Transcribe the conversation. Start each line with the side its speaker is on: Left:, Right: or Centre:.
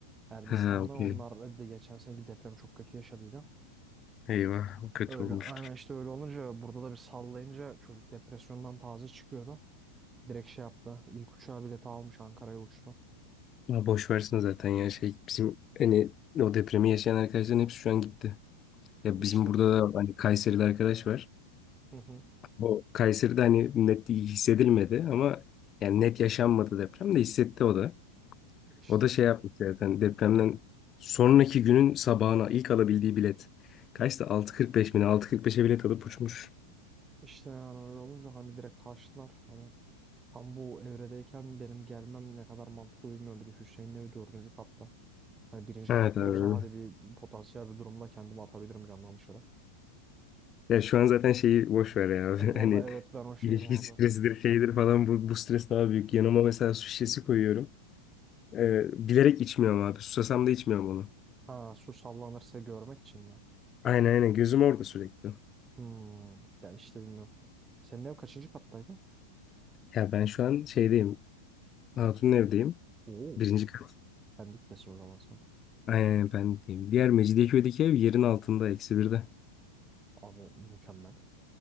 Right: Erbistan'da
Left: Ha, okey.
Right: onlar da geçen seneki depremi çok kötü yaşadıydı.
Left: Eyvah, o kötü
Right: Öyle
Left: olmuştur.
Right: yani işte öyle olunca burada da bir sallayınca çocuk depresyondan taze çıkıyordu. Direkt şey yaptı. İlk uçağa bileti almış Ankara'ya uçtu.
Left: Ya boş versin zaten ya şey bizim hani o depremi yaşayan arkadaşların hepsi şu an gitti. Ya
Right: İşte
Left: bizim burada da hani Kayserili arkadaş var.
Right: hı hı,
Left: Bu Kayseri'de hani net hissedilmedi ama yani net yaşanmadı deprem de hissetti o da.
Right: işte
Left: O da şey yapmış zaten depremden sonraki günün sabahına ilk alabildiği bilet. Kaçtı? 6.45 mi? ne? 6.45'e bilet alıp uçmuş.
Right: işte yani öyle olunca hani direkt karşılar. Hani tam bu evredeyken benim gelmem ne kadar mantıklı bilmiyorum. Bir de Hüseyin'le bir dördüncü katta. Hani birinci
Left: Evet
Right: katta
Left: abi.
Right: olsa hadi bir potansiyel bir durumda kendimi atabilirim camdan dışarı.
Left: Ya şu an zaten şeyi boş ver ya abi.
Right: E, bu
Left: <laughs> Hani
Right: arada evet ben o şeyim
Left: ilişki
Right: abi.
Left: stresidir şeydir falan bu, bu stres daha büyük. Yanıma mesela su şişesi koyuyorum. Ee, bilerek içmiyorum abi. Susasam da içmiyorum onu.
Right: Ha su sallanırsa görmek için mi?
Left: Aynen aynen gözüm orada sürekli.
Right: Hmm, ya işte bilmiyorum. Senin ev kaçıncı kattaydı?
Left: Ya ben şu an şeydeyim. Hatun'un evdeyim.
Right: Oo,
Left: Birinci kat.
Right: Pendik'tesin o zaman sen.
Left: Aynen ben de diyeyim. Diğer Mecidiyeköy'deki ev yerin altında eksi birde. <laughs>
Right: Abi mükemmel.